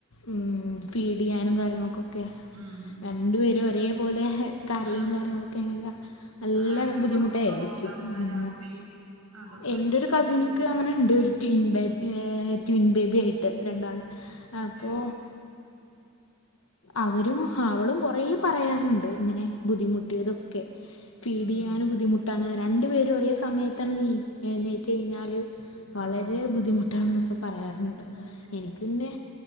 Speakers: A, on the left; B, on the right.
A: ഉംഹ് ഫീഡെയ്യാനും കാര്യങ്ങൾക്കൊക്കെ
B: ഉം.
A: രണ്ടു പേരും ഒരേപോലെ ഏഹ് കരയും
B: ആ.
A: കാര്യങ്ങളൊക്കേണെങ്കിൽ നല്ല
B: അതാണ്
A: ബുദ്ധിമുട്ടായിരിക്കും
B: ഉറക്കം ഉണ്ടാവില്ല
A: ഉംഹ്
B: രാത്രി അതൊക്കെ
A: എന്റൊരു
B: ഒരു ബുദ്ധിമുട്ടേനി
A: കസിനിക്ക് അങ്ങനെണ്ട് ഒരു ട്വിൻ ബേ ഏഹ് ട്വിൻ ബേബിയായിട്ട് രണ്ടാൾ അപ്പോ
B: ഏ.
A: അവരും അവളും കൊറേ പറയാറുണ്ട് ഇങ്ങനെ ബുദ്ധിമുട്ടിയൊതൊക്കെ ഫീഡെയ്യാനും
B: ഉം.
A: ബുദ്ധിമു എത്താണ് രണ്ടുപേരും ഒരേ സമയത്തണ് നീ ഏയ്നെറ്റ് കഴിഞ്ഞാല് വളരെ
B: ആ.
A: ബുദ്ധിമുട്ടാണ്ന്നൊക്ക പറയാറ്ണ്ട്
B: ഉം.
A: എനി പിന്നെ